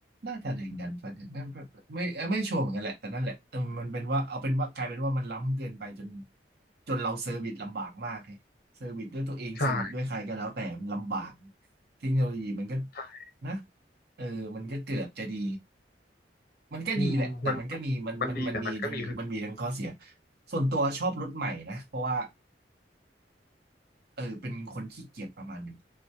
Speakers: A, on the right (about 60°); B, on the left (about 60°).
A: น่าจะแรงดันไฟนไม่ไม่ไม่ไม่ชัวร์เหมือนกันแหละแต่นั่นแหละเออมันเป็นว่าเอาเป็นว่ากลายเป็นว่ามันล้ำเกินไปจนจนเราเซอร์วิสลำบากมากไงเซอร์วิสด้วยตัวเองเซอร์วิสด้วยใครก็แล้วแต่มันลำบาก
B: ใช่
A: เทคโนโลยีมันก็
B: ใช่
A: นะเออมันก็เกือบจะดีมันก็ดีแหละแต่มันก็มีมันมันมันมีทั้งมันมีทั้งข้อเสีย
B: อืมมันมันดีแต่มันก็มีคือ
A: ส่วนตัวชอบรถใหม่นะเพราะว่า เออเป็นคนขี้เกียจประมาณหนึ่ง